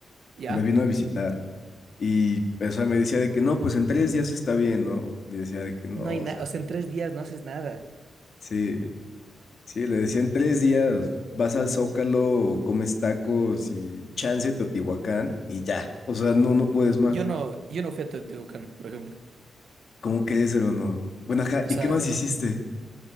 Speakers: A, on the right; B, on the left.
A: ¿Ya?
B: me vino a visitar y, o sea, me decía de que no, pues en tres días está bien, ¿no? Y decía de que no,
A: No
B: o
A: hay nada.
B: sea,
A: O sea, en tres días no haces nada.
B: sí, sí, le decía en tres días vas al Zócalo, comes tacos y chance Teotihuacán y ya, o sea, no, no puedes más.
A: Yo no, yo no fui a Teotihuacán, por ejemplo.
B: ¿Cómo crees, hermano? Bueno, ajá,
A: O
B: ¿y
A: sea,
B: qué más hiciste?